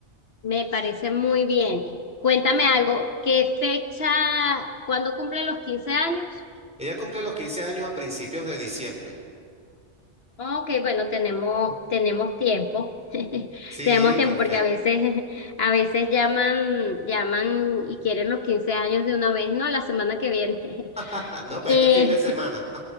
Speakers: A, on the left (about 55°); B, in the centre.
A: Me parece muy bien. Cuéntame algo, ¿qué fecha, cuándo cumple los 15 años?
B: Ella cumple los 15 años a principios de diciembre.
A: Ok, bueno, tenemos, tenemos tiempo. <laughs>
B: Sí,
A: Tenemos tiempo
B: perfecto.
A: porque a veces, <laughs> a veces llaman, llaman y quieren los 15 años de una vez, no, la semana que viene. <laughs>
B: <laughs> No,
A: Eh,
B: para este fin de semana.